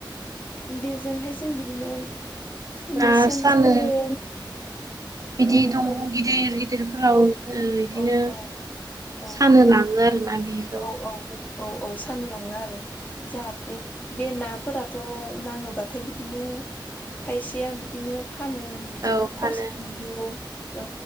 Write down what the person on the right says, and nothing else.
ना
सानो
बिदि
दंग'
गिदिर गि गिदिरफोराव
बिदिनो
सानो लााङो आरोना बिखौ
।
औ फानो